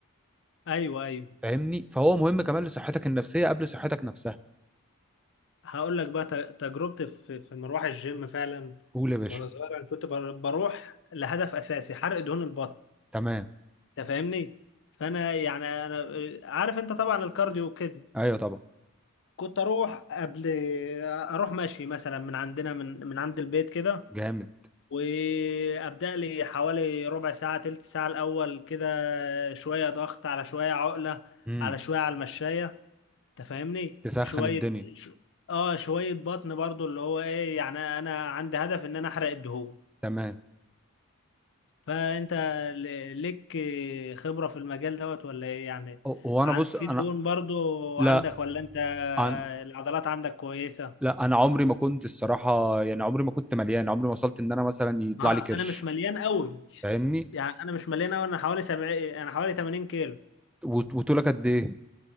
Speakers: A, on the left; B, in the centre.
A: ايوه ايوه
B: فاهمني فهو مهم كمان لصحتك النفسيه قبل صحتك نفسها
A: هقول لك بقى ت- تجربتي في في مروح الجيم فعلا
B: قول يا باشا
A: وانا صغير انا كنت بر- بروح لهدف اساسي حرق دهون البطن
B: تمام
A: انت فاهمني فانا يعني انا عارف انت طبعا الكارديو كده
B: ايوه طبعا
A: كنت اروح قبل اروح ماشي مثلا من عندنا من من عند البيت كده
B: جامد
A: وابدا لي حوالي ربع ساعه تلت ساعه الاول كده شويه ضغط على شويه عقله
B: امم
A: على شويه على المشايه انت فاهمني
B: تسخن
A: شويه
B: الدنيا
A: ش... اه شويه بطن برضو اللي هو ايه يعني انا عندي هدف ان انا احرق الدهون
B: تمام
A: فانت ل- ليك خبرة في المجال دوت ولا ايه يعني
B: و- وانا
A: عن-
B: بص
A: في
B: انا
A: دهون برضو
B: لا
A: عندك ولا انت
B: أنا-
A: العضلات عندك كويسة
B: لا انا عمري ما كنت الصراحه يعني عمري ما كنت مليان عمري ما وصلت ان انا مثلا يطلع
A: ما
B: لي كرش
A: انا مش مليان قوي
B: فاهمني
A: يعني انا مش مليان قوي انا حوالي 70 انا حوالي 80 كيلو
B: وط- وطولك قد ايه